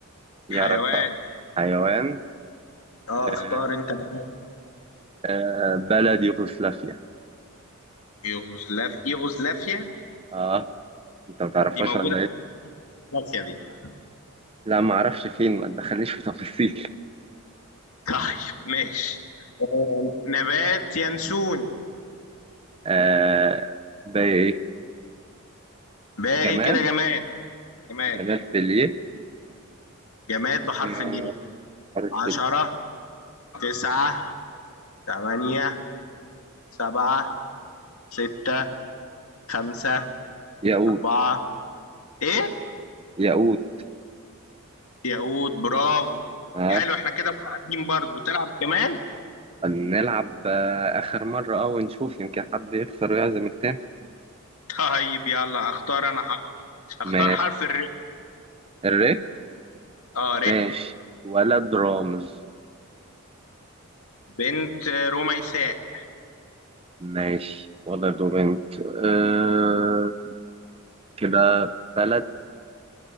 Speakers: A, on the right; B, on the left.
A: يا
B: حيوان
A: رب حيوان
B: اه
A: آه
B: اختار انت نبات
A: آه بلد يوغوسلافيا
B: يغزلاف يغزلافيا
A: اه انت ما تعرفهاش
B: دي موجودة
A: ولا
B: في
A: ايه؟
B: يغزلافيا دي <laughs>
A: لا ما اعرفش فين ما تدخلنيش في تفاصيل
B: طيب ماشي آه نبات ينسون
A: آه بايه
B: باقي
A: جمال
B: كده جماد جماد
A: جمال بليه
B: جماد بحرف
A: آه،
B: الياء
A: حرف
B: عشرة
A: ال-
B: تسعة تمانية سبعة ستة خمسة
A: ياقوت
B: أربعة إيه؟
A: ياقوت
B: ياقوت برافو
A: اه
B: حلو إحنا كده متعادلين برضه تلعب كمان؟
A: نلعب آه، اخر مره اه ونشوف يمكن حد يخسر ويعزم التاني
B: <laughs> طيب يلا أختار أنا حرف أختار
A: ماشي
B: حرف الر
A: الري
B: آه ر
A: ماشي ولد رامز
B: بنت رميساء
A: ماشي ولد وبنت آه كده بلد